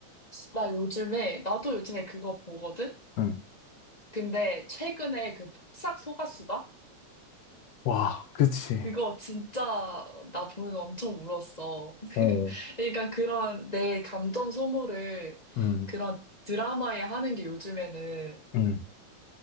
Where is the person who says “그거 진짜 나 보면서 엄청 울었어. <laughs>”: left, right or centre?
Left